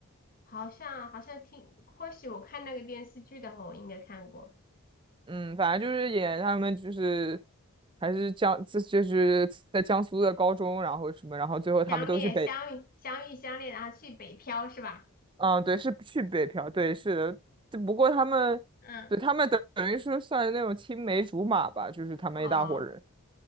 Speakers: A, on the left (about 40°); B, on the right (about 20°).
A: 好像好像听，或许我看那个电视剧的话，我应该看过
B: 嗯，反正就是演他们就是还是江，这就是在江苏的高中，然后什么，然后最后他们都去北。
A: 相恋相遇相遇相恋，然后去北漂是吧？
B: 嗯，对，是去北漂，对，是的，只不过他们，
A: 嗯，
B: 对，他们等等于是算那种青梅竹马吧，就是他们一大伙人，
A: 哦，